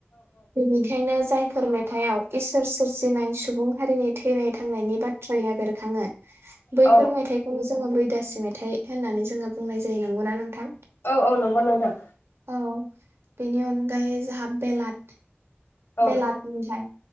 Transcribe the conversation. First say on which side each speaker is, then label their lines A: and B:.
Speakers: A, on the right (about 65°); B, on the left (about 60°).
A: बेनिखायनो जाय फोर मेथायाव इसोर सोरजिनाय सुबुं हारिनि थो थैनाय थांनायनि बाथ्राया बेर बेरखांङो। बैफोर
B: औ
A: मेथाइखौनो जोंङो बैदासि मेथाइ होननानै जोंङो बुंनाय जायो नंगौ ना नोंथां।
B: औ-औ नंगौ नोंथां।
A: औ बेनि अनगायै जाहा बेलाथ
B: औ
A: बेलाथनिफ्राय